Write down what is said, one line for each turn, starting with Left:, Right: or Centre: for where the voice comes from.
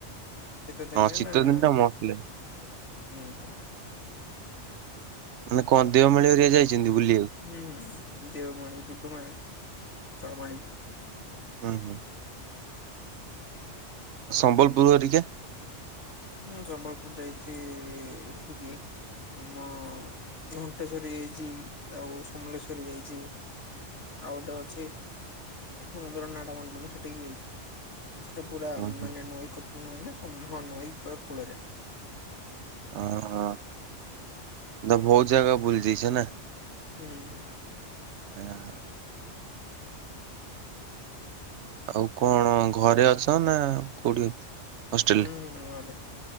Left: ଶୀତ ଦିନେ
Right: ହଁ ଶୀତ
Left: ନା
Right: ଦିନ
Left: ହୁଁ
Right: ଟା ମସ୍ତ ଲାଗେ
Left: ହୁଁ।
Right: ମାନେ କଣ ଦେଓମାଳି ହେରିକା ଯାଇଛନ୍ତି ବୁଲିବାକୁ?
Left: ହୁଁ ହୁଁ ଦେଓମଣି, ଡୁ଼ଡୁ଼ମା, ଦେଓମାଳି।
Right: ହୁଁ ହୁଁ। ସମ୍ବଲପୁର୍ ହେରିକା?
Left: ହୁଁ ସମ୍ବଲପୁର୍ ଯାଇଛି ଏଠିକି ମୁଁ ଘଣ୍ଟେଶ୍ଵରୀ ଯାଇଚି ଆଉ ସମଲେଶ୍ଵରୀ ଯାଇଚି। ଆଉ ଗୋଟେ ଅଛି ସମୁଦ୍ର ନାଁ ଟା ମନେପଡୁନି ସେଠିକି ଯାଇଛି। ସେଟା ପୁରା
Right: ହଁ
Left: ମାନେ
Right: ହଁ
Left: ନଈ କ ନଈ ନା <unintelligible> ନଈ ପୁରା କୂଳରେ।
Right: ଓ ହୋ ତ ବହୁତ୍ ଜାଗା ବୁଲିଯାଇଛ ନା?
Left: ହୁଁ ହୁଁ।
Right: <inaudible> ଆଉ କଣ ଘରେ ଅଛ ନା କୋଉଠି ହଷ୍ଟେଲ୍
Left: ହୁଁ
Right: ରେ?
Left: ଘରେ